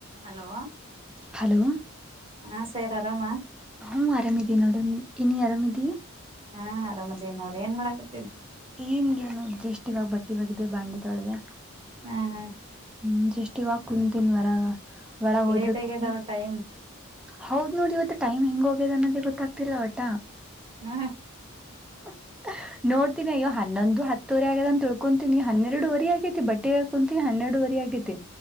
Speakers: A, on the right; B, in the centre.
A: ಹಲೋ
B: ಹಲೋ
A: ಹಾ ಸರ್ ಆರಾಮ
B: ಹ್ಮ ಆರಾಮಿದಿ ನೋಡು ನೀನು ಆರಾಮಿದಿ
A: ಹಾ ಆರಾಮದೇನ್ ನೋಡಿ ಏನ್ ಮಾಡಾಕತಿ
B: ಈಗ್ <inaudible> ಜೇಷ್ಟ್ ಇಿವಾಗ ಬಟ್ಟೆವಾಗಾಗಿದೆ ಬಾಂಡಿ ತೊಳ್ದ
A: ಹ್ಮ್ ಹ್ಮ್
B: ಹ್ಮ ಜಸ್ಟ್ ಇವಾಗ ಕುಂತೀನ್ ವರಾಗ ಒಳಗ್ ಹೋದ್ರ
A: ಲೇಟ್ ಆಗ್ಯದಾವ
B: ಕೂತಿ
A: ಟೈಮ್
B: ಹೌದ ನೋಡಿ ಇವತ್ತ ಟೈಮ್ ಹೆಂಗ ಹೋಗ್ಯದ ಅನ್ನೋದೇ ಗೊತ್ತಾಗ್ತಿಲ್ಲ ಆಟ
A: ಹ್ಮ
B: ಹ ನೋಡ್ತಿನಿ ಅಯ್ಯೋ ಹನ್ನೊಂದು ಹತ್ತುವರೆ ಆಗದ ಅ ತಿಳ್ಕೊಂತತನಿ ಹನ್ನೆರಡುವರೆ ಆಗೇತಿ ಬಟ್ಟೆ ಹಾಕೊಂತಿನನಿ ಹೆರವರೆರಿ. ಫ್ರೀಯಾಗಿದ್ದೆ